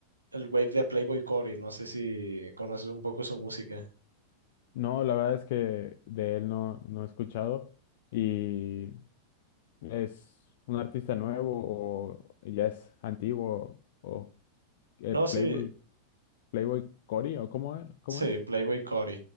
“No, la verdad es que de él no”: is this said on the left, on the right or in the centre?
Left